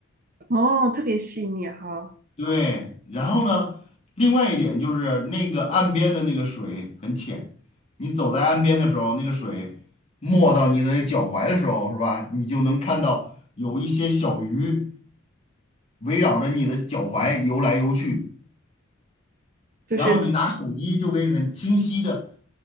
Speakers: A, on the right; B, on the left.
A: 哦，特别细腻哈，
B: 对，然后呢，另外一点就是那个岸边的那个水很浅，你走在岸边的时候，那个水没到你的脚踝的时候，是吧？你就能看到有一些小鱼围绕着你的脚踝游来游去，然后你拿手机就可以很清晰的
A: 就是呢，